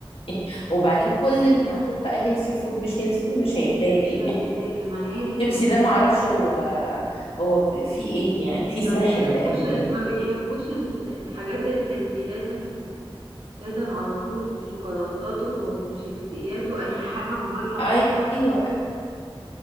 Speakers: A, on the left (about 75°); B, on the right (about 80°).
A: <laughs> وبعدين كل اللي محطوط بقى هيلسي فود مش هيلسي فود مش هيتاكل
B: مش هيتاكل
A: يعني
B: ما هي دي كانت
A: الشيبسي
B: مشكلتي
A: ده ما اعرفش
B: فعلا
A: هو هو ب- فيه ايه يعني فيه سحر
B: ما بيحبوش
A: تقريبا
B: ال- ما بيحبوش ال- الحاجات الهيلثي لازم لازم على طول شوكولاتات و- وشيبسيات واي <laughs> حاجه مضره
A: ايوه
B: وخلاص